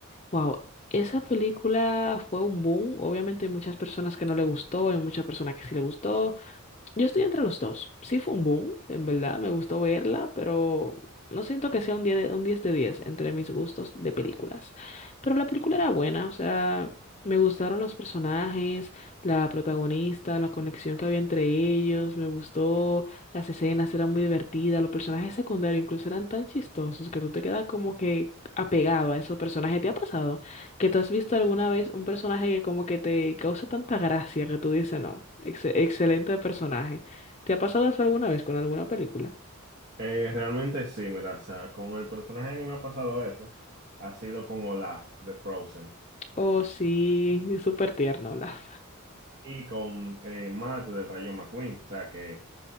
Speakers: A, on the left (about 30°); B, on the right (about 50°).
A: Wow, esa película fue un boom. Obviamente hay muchas personas que no le gustó, hay muchas personas que sí le gustó. Yo estoy entre los dos. Sí fue un boom, en verdad, me gustó verla, pero no siento que sea un diez de, un 10 de 10 entre mis gustos de películas. Pero la película era buena, o sea, me gustaron los personajes, la protagonista, la conexión que había entre ellos, me gustó, las escenas eran muy divertidas, los personajes secundarios incluso eran tan chistosos que tú te quedas como que apegado a esos personajes. ¿Te ha pasado? ¿Que tú has visto alguna vez un personaje que como que te causa tanta gracia que tú dices, no, ex- excelente personaje? ¿Te ha pasado eso alguna vez con alguna película?
B: Eh, realmente sí, mira, o sea, con el personaje que me ha pasado eso, ha sido con Olaf de Frozen
A: Oh, sí, es súper tierno, Olaf.
B: y con eh, Matt del Rayo McQueen, o sea que